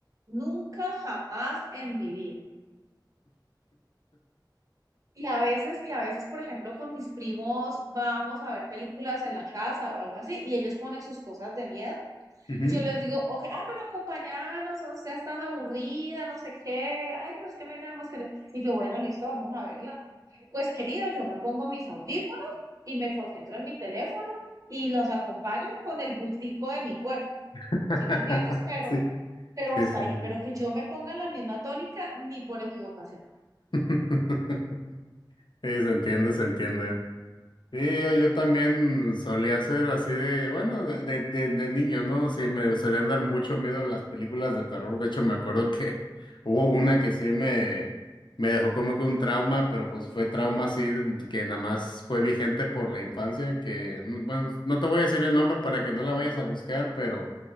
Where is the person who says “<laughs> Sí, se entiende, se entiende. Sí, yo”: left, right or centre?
Left